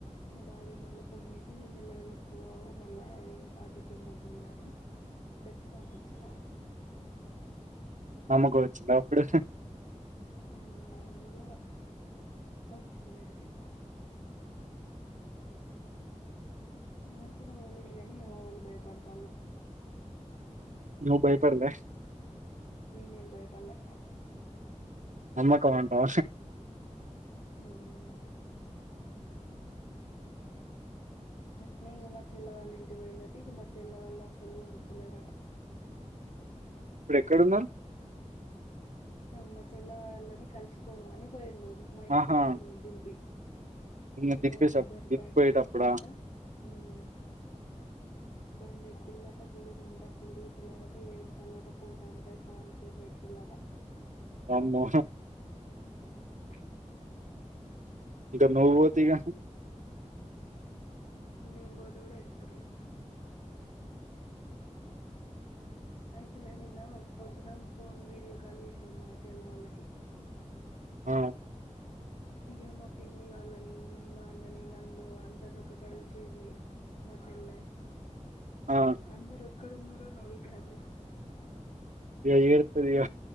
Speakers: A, on the left; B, on the right.
A: మా బాబాయ్ మళ్ళా ఫోన్ చేసి మెల్లగా తీస్కక మళ్ళా ఆటోకి ఏం బోత గాని చెప్పి పంపించిండు
B: నమ్మకం వచ్చింద అప్పుడు
A: మ్ ఇగ వచ్చింది ఈడకి మంచిగనే తొలిండు కానీ ఏమో వాళ్ళు భయపడతాల్లు
B: నువ్వు భయపడలే
A: నేనేం బయపడ్లే
B: నమ్మకం అంటవ
A: హ్మ్ అట్నే ఇగ మా చెల్ల వాళ్ళ ఇంటి పోయిలట ఇగ మా చెల్ల వాళ్ళు అసలు ఒనీత్తలేరట
B: ఇప్పుడు ఎక్కడన్నారు
A: మా చెల్ల వాళ్ళని కలిసిపోదమని పోయిండు మా ఇంటికి
B: ఆహా
A: వచ్చిండు దింపి
B: నిన్ను
A: ఇగ
B: దింపేసా
A: ఇద్దరు
B: దింపేటప్పుడా
A: బండెక్కిలట మ్ బండేక్కిళ్ళట దిగమంటే అసలు దిగుతలేరట ఏడుతాలట పోతా అంటే చాలా సేపు ఏడిసిల్లట
B: వామ్మో
A: ఉమ్
B: ఇగ నువ్వు ఓతే ఇగ
A: నేను బోతే కూడ ఏడుత్తరు ఇగ అయితే నిన్న పొద్దున ఫోన్ వీడియో కాల్ చేసినం మా చెల్ల వాళ్ళకి
B: ఆ
A: ఇగ మా పిన్ని వాళ్ళని మా అన్నని నన్ను అందరిని ఒక కడుగుసింది మా చెల్లె
B: ఆ
A: అందరు ఎక్కడున్నారని అడుగుతాంది
B: ఇగ ఎడుత్తది ఇగ